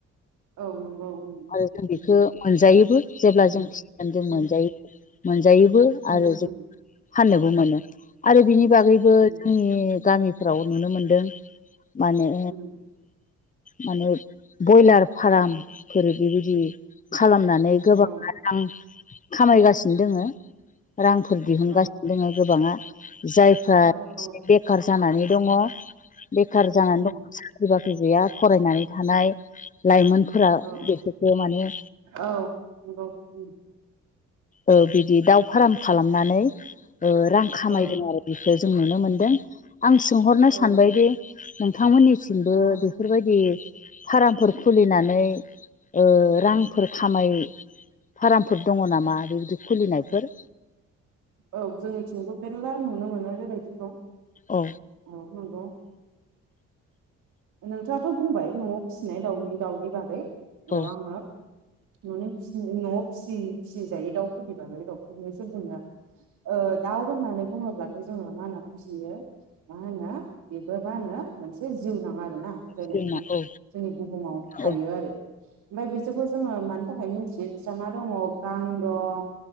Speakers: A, on the right (about 80°); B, on the left (about 25°).
A: औ नंगौ उम
B: आरो जों
A: उम
B: बेखौ मोनजायोबो जेब्ला
A: उम
B: जों खृस्टियान <unintelligible> जों
A: उम
B: मोनजायो मोनजायोबो
A: उम
B: आरो
A: उम
B: जों फाननोबो
A: उम
B: मोनो। आरो बिनि बागैबो
A: उम
B: जोंनि गामिफ्राव नुनो मोनदों मा होनो?
A: उम
B: माने बयलार फार्मफोर बेबायदि खालामनानै गोबाङानो
A: औ
B: रां खामायगासिनो दोङो। रांफोर दिहुनगासिनो
A: औ
B: दङ गोबाङा जायफ्रा
A: औ
B: एसेबेखार
A: औ
B: जानानै दङ बेखार जानानै
A: उम
B: दङ। बाख्रि बाख्रि गैया फरायनानै थानाय लाइमोन फोरा
A: औ
B: बेफोरखौ माने
A: औ नंगौ उम
B: ओ बिदि दाउ फार्म खालामनानै रां खामायदों
A: औ
B: आरो बेखौ जों नुनो मोनदों आं सोंहरनो
A: औ
B: सानबायदि नोंथांमोननि सिमबो
A: औ
B: बेफोरबायदि फार्मफोर खुलिनानै ओ रांफोर खामायो फार्मफोर दङ नामा बेबायदि खुलिनायफोर?
A: औ जोंनिथिंबो मेरला नुनो मोनो। बेबायदिखौ
B: औ
A: औ नंगौ नोंथाङाथ' बुंबाय न'आव फिसिनाय दाउनि दाउनि बागै
B: औ
A: नङा होनबा न'नि फिसि न'आव फिसि फिसिजायै दाउफोरनि बागै <unintelligible> ओ दाउ होननानै बुङोब्लाथ' जोङो मा होनना बुजियो मा होनो बेबो बा आंनो मोनसे जिउ नाङा आरोना जायनाखि
B: जोंना औ
A: जोंनि बुहुमाव थायो
B: औ
A: आरो। ओमफ्राय बिसोरखौ जोङो मानि थाखाय मिथियो बिसोरहा मा दङ गां दं।